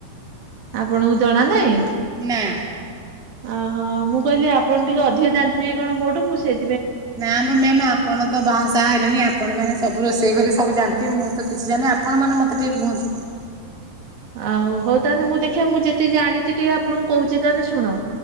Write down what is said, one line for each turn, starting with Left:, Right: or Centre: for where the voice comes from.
Right: ଆପଣଙ୍କୁ ଜଣା ନାାଇଁ?
Centre: ନା।
Right: ଅହୋ ମୁଁ କହିଲି ଆପଣ ଟିକେ ଅଧିକ ଜାଣିଥିବେ କି କଣ ମୋଠୁକୁ ମୁଁ ସେଇି
Centre: ନା ମ ମ୍ୟାାମ ଆପଣ ତ ବାହା ତାହା ହେଲେଣି ଆପଣମାନେ ସବୁ ରୋଷେଇ କରିିକ ସବୁ ଜାନ୍ତିେ ମୁଁ ତ କିଛି ଜାଣିନି ଆପଣ ମ ମତେ ଟିକେ କୁହନ୍ତୁ।
Right: ଆଉ ହଉ ତାହେଲେ ମୁଁ ଦେଖିବା ମୁଁ ଯେତିେି ଜାଣିଛି ଟିକେ ଆପଣଙ୍କୁ କହୁଛି ତାହେଲେ ଶୁଣ।